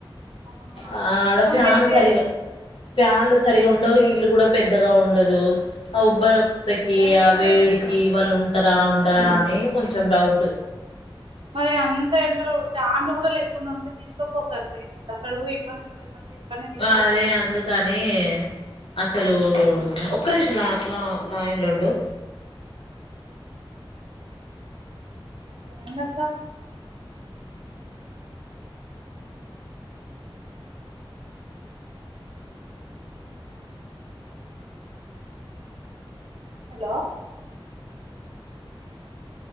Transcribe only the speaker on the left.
ఆ
ఆడ
ఫ్యాన్
సరిగా ప్యాన్లు సరిగా ఉండవు ఇల్లు కూడా పెద్దగా ఉండదు ఆ ఉబ్బర్ పెక్కి ఇయా వేడిక్ కి వాళ్ళు ఉంటరా ఉండరా అని కొంచం డౌట్
ఆ అదే అందుకని అసలు ఉ ఒక్క నిమిషం లా లా లైన్ లో ఉండు